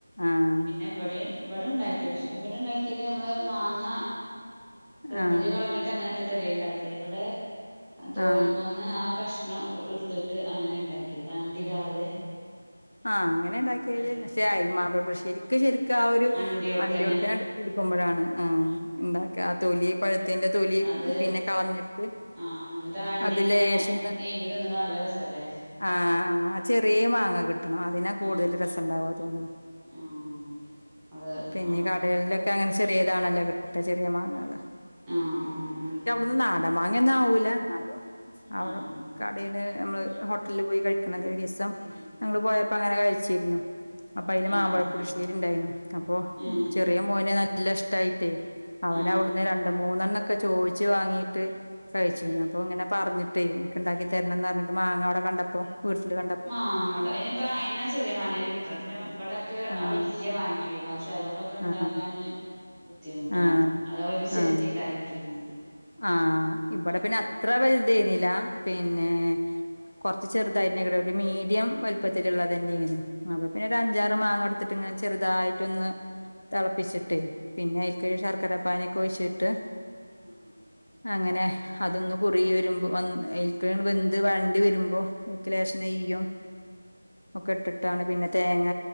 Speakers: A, on the left (about 75°); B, in the centre.
A: ആഹ്
B: പിന്നെ. ഇവിടീം ഇവടെ ഇണ്ടാക്കി പക്ഷെ ഇവിടെ ഇണ്ടാക്കിയത് നമ്മള് മാങ്ങ തൊലി
A: ആഹ്
B: കളഞ്ഞി അങ്ങനെ ഇട്ടിട്ടല്ലേ ഇണ്ടാക്ക ഇവിടെ തോല്മെന്ന്
A: ആഹ്
B: ആ കഷ്ണം ഇടുത്തിട്ട് അങ്ങനേ ഇണ്ടാക്കിയേത് അണ്ടി ഇടാതെ.
A: ആഹ് അങ്ങനെ ഇണ്ടാക്കിയത്.
B: ഇട്ടിട്ട്
A: പക്ഷെ ആയെ മാമ്പഴ പുളിശ്ശേരിക്ക് ശരിക്ക് ആ ഒരു
B: അണ്ടിയോട്ക്കന്നെ
A: അണ്ടിയോടുക്കെനെണ്ട് എടുക്കുമ്പോഴാണ് ആഹ് ഇണ്ടാക്ക. ആ തൊലി പഴുത്തേന്റെ തൊലി
B: അത്
A: പിന്നെ കളഞ്ഞിട്ട്.
B: ആഹ് ഇന്നട്ട് ആ അണ്ടി
A: അത്
B: ഇങ്ങനെ
A: ലേശൊന്ന്
B: ഈമ്പി തിന്നുമ്പൊ നല്ല രസല്ലേ.
A: ആഹ് ആഹ് ആ ചെറിയ മാങ്ങ കിട്ടണം അതിനാ കൂടുതല്
B: ആഹ്
A: രസണ്ടാവാ തോന്ന്ണ്
B: ആഹ് അത്
A: പിന്നെ
B: വേണം
A: കടകളിലൊ ഒക്കെ അങ്ങനെ ചെറിയതാണല്ലോ കിട്ട ചെറിയ മാങ്ങകള്
B: ആഹ് ആഹ് ആഹ്.
A: ഇതൊന്നു നാടൻ മാങ്ങയൊന്നും ആവൂല്ല ഇന്നാലും അവ്ടെ
B: ആഹ് ആഹ് ആഹ്
A: ക പിന്നെ നമ്മള് ഹോട്ടലില് പോയി കഴിക്കണ ഒരു ദിവസം.
B: ഉം
A: പോയപ്പോ അങ്ങനെ കഴിച്ചിരുന്നു. അപ്പൊ അയില് മാമ്പഴ
B: ആഹ്
A: പുളിശ്ശേരി ഉണ്ടായിന്നു. അപ്പൊ
B: ഏഹ്
A: ചെറിയ മോന് നല്ല ഇഷ്ടായിട്ടേ അവന്
B: ആഹ്
A: അവിടുന്ന് രണ്ട് മൂന്നെണ്ണൊക്കെ ചോയിച്ചു വാങ്ങീട്ട്. കഴിച്ചിന്ന്
B: ഏഹ്
A: അപ്പൊ ഇങ്ങനെ പറഞ്ഞിട്ടെയ് ഇൻക്ക് ഇണ്ടാക്കി തരണന്ന് പറഞ്ഞിട്ട് മാങ്ങ അവിടെ കണ്ടപ്പോ വീട്ടില് കണ്ടപ്പോ.
B: മാങ്ങേട ഏഹ് ഇപ്പം അ അയിനാ ചെറിയ മാങ്ങന്നെ കിട്ടണം. പിന്നെ ഇബടൊക്കെ
A: ആഹ്
B: ആ വല്ല്യ മാങ്ങയായിരുന്നു. പക്ഷേ അതുകൊണ്ടൊ ഉണ്ടാക്കാന്
A: ആഹ്
B: ബുദ്ധിമുട്ടാണ്
A: ആഹ്
B: അതവര് ചെത്തി
A: ആഹ്
B: ഇണ്ടാക്കിക്ക്ണത്.
A: ആഹ് ഇവിടെ പിന്നെ അത്ര വൽത് ആയിര്ന്നില്ല. പിന്നേ കൊറച്ച് ചെറുതായിന്നെ ഞങ്ങടെ വീട്ടിൽ മീഡിയം വൽപ്പത്തില്ള്ളതന്നേന്നു. അപ്പൊ പിന്നെ ഒരു അഞ്ചാറ് മാങ്ങ എടുത്തിട്ട് ഇങ്ങ ചെറുതായിട്ട് ഒന്ന് തളപ്പിച്ചിട്ടെയ് പിന്നെ അതിൽക്ക് ശർക്കര പാനി ഒക്കെ ഒഴിച്ചിട്ട്
B: ആഹ് ആഹ്
A: അങ്ങനെ അതൊന്ന് കുറുകി വരുമ്പോ വന്ന് <unintelligible> വെന്ത് വാണ്ടി വരുമ്പോ. അയിക്ക് ലേശം നെയ്യും ഒക്കെ ഇട്ടിട്ടാണ് പിന്നെ തേങ്ങ